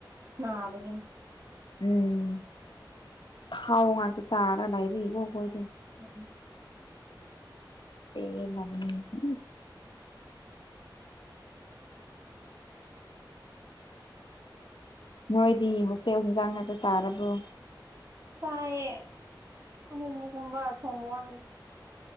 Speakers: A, on the right (about 40°); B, on the left (about 75°).
A: ꯅꯕꯒꯤꯅꯤ
B: ꯎꯝ ꯊꯥꯎ ꯉꯥꯛꯇ ꯆꯥꯔꯥ ꯂꯩ ꯃꯤ ꯒꯣ ꯑꯣꯈꯩꯗꯣ
A: <unintelligible>
B: ꯄꯦꯜꯂꯕꯅꯤ ꯉꯁꯤ ꯅꯣꯏꯗꯤ ꯍꯣꯁꯇꯦꯜ ꯍꯤꯟꯖꯥꯡ ꯉꯥꯛꯇ ꯆꯥꯔꯕ꯭ꯔꯣ
A: ꯆꯥꯛꯑ ꯑꯃꯨꯛ ꯃꯨꯛꯒꯨꯝꯕ ꯊꯣꯡꯕ ꯋꯥꯅꯤ